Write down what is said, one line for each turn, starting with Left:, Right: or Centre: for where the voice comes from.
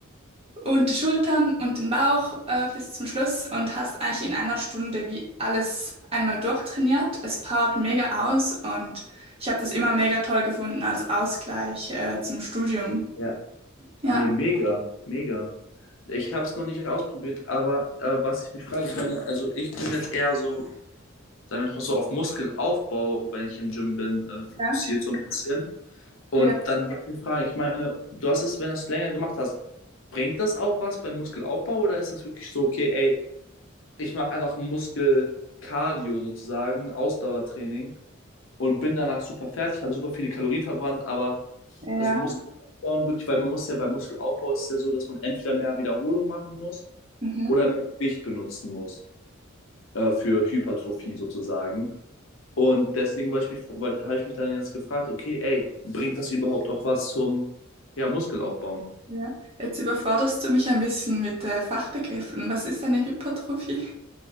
Right: und die Schultern und den Bauch äh, bis zum Schluss und hast eigentlich in einer Stunde wie alles einmal durchtrainiert. Es powert mega aus und ich habe das immer mega toll gefunden als Ausgleich äh, zum Studium.
Left: ja.
Right: Ja,
Left: Nee, mega, mega. Ich habe es noch nicht ausprobiert, aber äh, was ich mich frage, ich meine, also ich bin jetzt eher so sagen wir jetzt mal so, auf Muskelaufbau, wenn ich im Gym bin, äh, fokussiert
Right: ja,
Left: so ein bisschen. Und
Right: ja,
Left: dann wollte ich mich fragen, ich meine, du hast es, wenn du es länger gemacht hast, bringt das auch was beim Muskelaufbau oder ist das wirklich so, okay, ey, ich mache einfach Muskelkardio sozusagen, Ausdauertraining und bin danach super fertig, habe super viele Kalorien verbrannt, aber
Right: ja,
Left: also Muskel aufbauen wirklich, weil man muss ja beim Muskelaufbau ist es ja so, dass man entweder mehr Wiederholung machen muss
Right: mhm,
Left: oder mehr Gewicht benutzen muss äh, für Hypertrophie sozusagen. Und deswegen wollte ich mich, weil- habe ich mich dann jetzt gefragt, okay, ey, bringt das überhaupt auch was zum ja, Muskelaufbauen?
Right: ja. Jetzt überforderst du mich ein bisschen mit äh, Fachbegriffen. Was ist eine Hypertrophie?